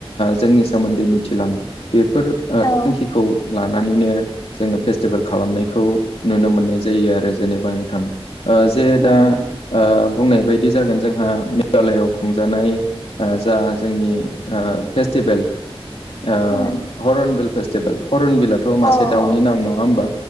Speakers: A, on the left; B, on the left.
A: जोंनि सोमोन्दै मिथिलाङो बेफोर
B: औ
A: थांखिखौ लानानैनो जोङो फेस्टिभेल खालामनायखौ नुनो मोननाय जायो आरो जेनेबा नोंथां ओ जे
B: उम
A: दा ओ बुंनाय बायदि जागोन जोंहा मेघालआव खुंजानाय जा जोंनि फेस्टिभेल ओ
B: उम
A: हरन बिल फेस्टिभेल हरन बिल थ' मासे
B: औ
A: दाउनि
B: औ
A: नाम नङा होमबा